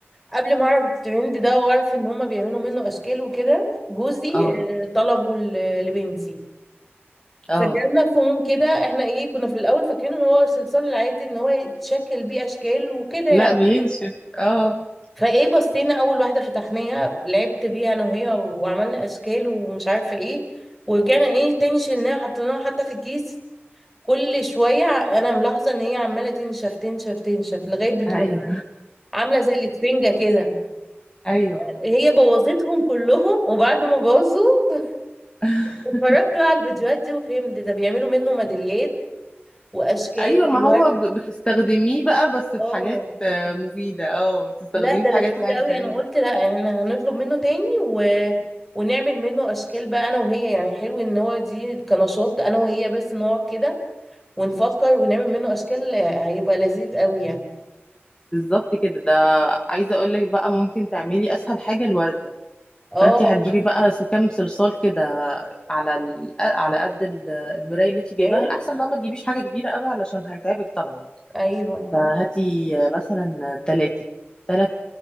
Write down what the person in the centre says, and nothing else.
قبل ما اعرف الترند ده واعرف ان هما بيعملوا منه اشكال وكده جوزي
آه، طلبه ل- لبنتي
فجالنا فهم كده احنا ايه كنا في الاول فاكرين ان هو الصلصال العادي ان هو يتشكل بيه اشكال وكده يعني
فايه بصينا اول واحده فتحناها لعبت بيها انا وهي وعملنا اشكال ومش عارفه ايه ورجعنا ايه تاني شلناها حطيناها حتى في الكيس كل شويه ع- انا ملاحظه ان هي عماله تنشف تنشف تنشف لغايه بتبقى
عامله زي الاسفنجه كده
هي بوظتهم كلهم وبعد ما باظوا
اتفرجت بقى على الفيديوهات دي وفهمت ده بيعملوا منه ميداليات واشكال
وورد
اه
لا ده
لذيذ
قوي
انا قلت لا احنا هنطلب منه تاني و... ونعمل منه اشكال بقى انا وهي يعني حلو ان هو دي كنشاط انا وهي بس نقعد كده ونفكر ونعمل منه اشكال هيبقى لذيذ قوي يعني
اه
فاهم
ايوه